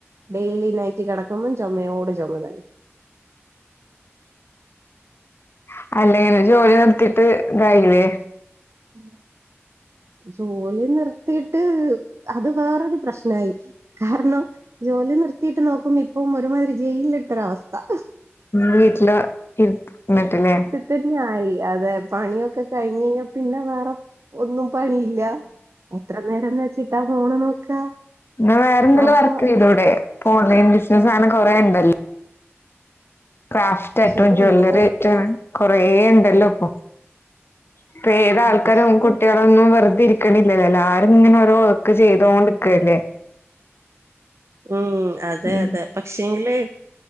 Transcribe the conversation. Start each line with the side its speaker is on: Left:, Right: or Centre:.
Right: ഡെയിലി നൈറ്റ് കിടക്കുമ്പോം ചൊമയോടെ ചൊമ തന്നെ
Left: <unintelligible> ജോലി നിത്തിട്ട് ഇതായില്ലേ
Right: ഉം ജോലി നിർത്തിട്ട് അത് വേറൊരു പ്രശ്നായി കാരണം ജോലി നിർത്തിയിട്ട് നോക്കുമ്പോ ഇപ്പം ഒരുമാതിരി ജയിൽട്ടൊരവസ്ഥ
Left: വീട്ടില് ഇരുന്നിട്ടില്ലേ
Right: തന്നെആയി അതെ പണിയൊക്കെ കഴിഞ്ഞയ്ഞ്ഞാ പിന്നെ വേറെ ഒന്നും പണിയില്ല എത്ര നേരംന്ന് വെച്ചിട്ടാ ഫോണ് നോക്കാ
Left: ന്നാ വേറെന്തേലും
Right: അപ്പൊ
Left: വർക്ക് ചെയ്തൂടെ പ്പ ഓൺലൈൻ ബിസിനസ്സ് അങ്ങനെ കൊറെ ണ്ടല്ലോ ക്രാഫ്റ്റ് ആയിട്ടും
Right: ശരിയാ
Left: ജ്വല്ലറി
Right: നോക്ക്
Left: ആയിട്ടും കൊറേ ണ്ടല്ലോ ഇപ്പൊ ഇപ്പ ഏതാൾക്കാരും
Right: അത് ശരിയാ
Left: കുട്ടി ളൊന്നുംവെറുതെ ഇരിക്ക്ണില്ലല്ലോ എല്ലാരും ഇങ്ങനെ ഓരോ വർക്ക് ചെയ്തോണ്ട്ക്കല്ലേ
Right: ഉം അതെ
Left: ഉം
Right: അതെ പക്ഷേല്